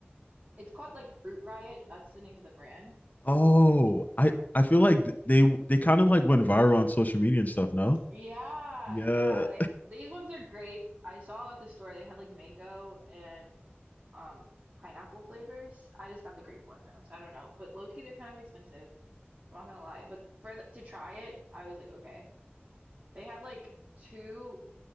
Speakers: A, on the right; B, on the left.
A: It's called like Fruit Riot. That's the name of the brand.
B: Oh, I I feel like th- they they kind of like went viral on social media and stuff, no?
A: Yeah,
B: Yeah.
A: yeah. They these ones are grape. I saw at the store they had like mango and um pineapple flavors. I just got the grape one though, so I don't know. But low key, they're kind of expensive. I'm not gonna lie. But for the, to try it, I was like, okay. They had like two